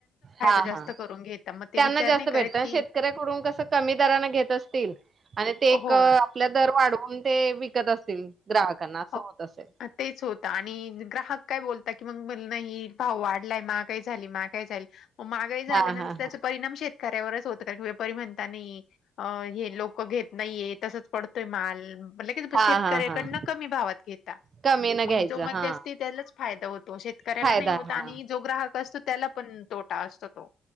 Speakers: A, on the right (about 45°); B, on the left (about 70°).
A: हा
B: जास्त
A: हा,
B: करून घेता मग ते
A: त्यांना
B: विचार
A: जास्त
B: नाही करत
A: भेटत,
B: की
A: शेतकऱ्याकडून कसं कमी दराने घेत असतील आणि तेक
B: हो
A: आपल्या दर वाढवून ते विकत असतील. ग्राहकांना असं
B: हो,
A: होत असेल.
B: तेच होत आणि ग्राहक काय बोल की मग म्हणंन ही भाव वाढलाय, माघाई झाली, माघाई झाली मागाई झाल्यानंतर
A: हा हा हा
B: त्याचा परिणाम शेतकऱ्यावरच होत व्यपारी म्हणतानी हे लोक घेत नाहीये तसच पडतोय माल, लगीचं ब
A: हा
B: शेतकऱ्याकडनं
A: हा हा
B: भावात घेता,
A: कमी न
B: मग
A: घ्यायचं
B: जो मध्यस्थी
A: हा
B: त्यालाच फायदा होत तो शेतकऱ्याला
A: फायदा
B: नाही होतं आणि
A: हा
B: जो ग्राहक असतो त्याला पण तोटा असतो तो.